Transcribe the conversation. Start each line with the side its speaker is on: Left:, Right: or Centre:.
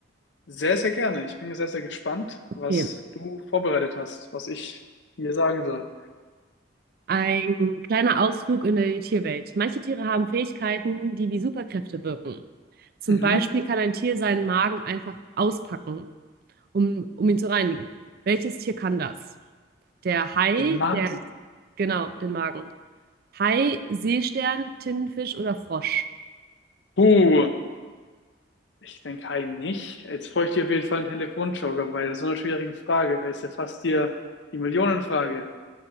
Left: Sehr, sehr gerne. Ich bin sehr, sehr gespannt,
Right: Okay.
Left: was du vorbereitet hast, was ich dir sagen soll.
Right: Ein kleiner Ausflug in die Tierwelt. Manche Tiere haben Fähigkeiten, die wie Superkräfte wirken. Zum
Left: Mhm.
Right: Beispiel kann ein Tier seinen Magen einfach auspacken, um, um ihn zu reinigen. Welches Tier kann das? Der Hai,
Left: Den Magen.
Right: der, genau, den Magen. Hai, Seestern, Tintenfisch oder Frosch?
Left: Uh, ich denke einen nicht. Jetzt bräuchte ich dir auf jeden Fall einen Telefonjoker bei so einer schwierigen Frage. Ist ja fast hier die Millionenfrage.